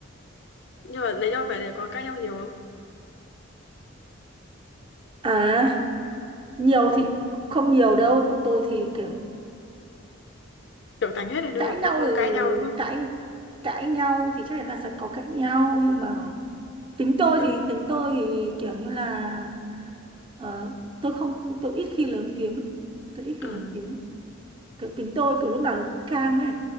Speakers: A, on the left; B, on the right.
A: nhưng mà lấy nhau về này có cãi nhau nhiều không
B: à nhiều thì cũng không nhiều đâu bọn tôi thì kiểu
A: trưởng thành hết rồi nên
B: cãi
A: là cũng
B: nhau
A: không
B: ừ,
A: cãi nhau đúng không
B: cãi cãi nhau thì chắc chắn là sẽ có cãi nhau nhưng mà tính tôi
A: kiểu
B: thì tính tôi thì kiểu như là ờ, tôi không không tôi ít khi lớn tiếng tôi ít khi
A: à,
B: lớn tiếng kiểu tính tôi kiểu lúc nào nó cũng cam ấy